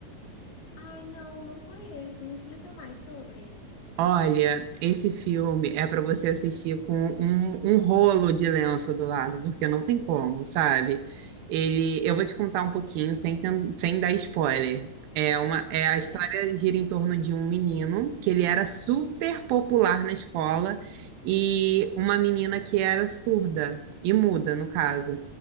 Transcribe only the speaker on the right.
Olha, esse filme é para você assistir com um, um rolo de lenço do lado, porque não tem como, sabe? Ele, eu vou te contar um pouquinho sem, ten- sem dar spoiler. É uma, é a história
gira em torno de um menino que ele era super popular na escola e uma menina que era surda e muda, no caso.